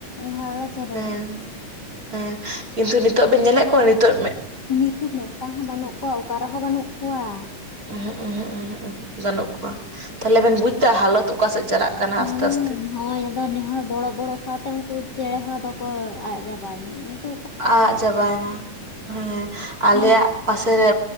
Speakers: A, on the left; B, on the right.
A: ᱜᱷᱟᱣᱲᱟ ᱪᱮᱬᱮᱸ᱾
B: ᱦᱮᱸ ᱦᱮᱸ ᱠᱤᱱᱛᱩ ᱱᱤᱛᱚᱜ ᱵᱮᱱ ᱧᱮᱞᱮᱫ ᱠᱚᱣᱟ ᱱᱤᱛᱚᱜ ᱢᱮ
A: ᱱᱤᱛ ᱢᱤᱫᱴᱟᱝ ᱦᱚᱸ ᱵᱟᱹᱱᱩᱜ ᱠᱚᱣᱟ, ᱚᱠᱟ ᱨᱮᱦᱚᱸ ᱵᱟᱹᱱᱩᱜ ᱠᱚᱣᱟ᱾
B: ᱩᱸᱦᱩ ᱦᱩᱜ ᱩᱸ ᱦᱩᱜ ᱵᱟᱹᱱᱩᱜ ᱠᱚᱣᱟ ᱛᱟᱞᱦᱮ ᱵᱮᱱ ᱵᱩᱡᱽ ᱫᱟ ᱦᱟᱞᱚᱛ ᱚᱠᱟᱥᱮᱫ ᱪᱟᱞᱟᱜ ᱠᱟᱱᱟ ᱟᱥᱛᱮ
A: ᱦᱩᱸ
B: ᱟᱥᱛᱮ
A: ᱦᱚᱭ ᱟᱫᱚ ᱱᱮᱦᱚᱨ ᱵᱚᱲᱚ ᱵᱚᱲᱚᱜ ᱥᱟᱶᱛᱮ ᱩᱱᱠᱩ ᱪᱮᱬᱮ ᱦᱚᱸ ᱟᱫᱚ ᱠᱚ ᱟᱜ ᱪᱟᱵᱟᱭᱮᱱᱟ ᱱᱤᱛᱩ
B: ᱟᱜ ᱪᱟᱵᱟᱭᱮᱱᱟ ᱦᱮᱸ ᱟᱞᱮᱭᱟᱜ
A: ᱟᱨ
B: ᱯᱟᱥᱮᱨᱮ